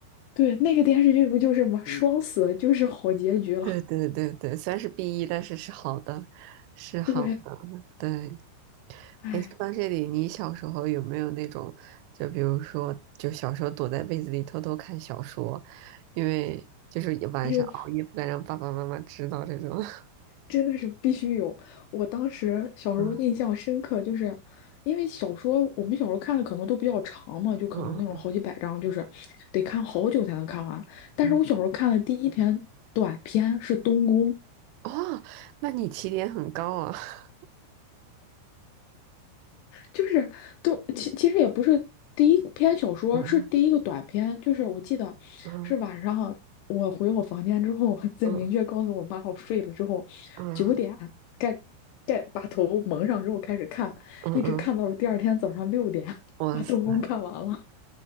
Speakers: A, on the left (about 90°); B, on the right (about 90°).
A: 对，那个电视剧不就是吗？嗯双死就是好结局了。
B: 对对对对，虽然是 BE，但是是好的，是好的。
A: <laughs> 对，
B: 对，
A: 哎，
B: 诶，说到这里，你小时候有没有那种，就比如说，就小时候躲在被子里偷偷看小说，因为就是晚上熬夜不敢让爸爸妈妈知道这种。
A: 有。
B: <laughs>
A: 真的是必须有。我当时小时候印象深刻，
B: 嗯
A: 就是因为小说我们小时候看的可能都比较长嘛，就可能那种好几百章，
B: 嗯
A: 就是得看好久才能看完。但是我小时候看的第一篇短篇是《东宫》，
B: 嗯嗯，哦，那你起点很高啊。<laughs>
A: 就是都其其实也不是第一篇小说，
B: 嗯
A: 是第一个短篇。就是我记得是晚上我回我房间之后，
B: 嗯
A: <laughs> 再明确告诉我妈我睡了之后，
B: 嗯嗯
A: 九点盖盖把头蒙上之后开始看，
B: 嗯嗯，
A: 一直看到了第二天早上六点，<laughs>
B: 哇塞
A: 把东宫看完了。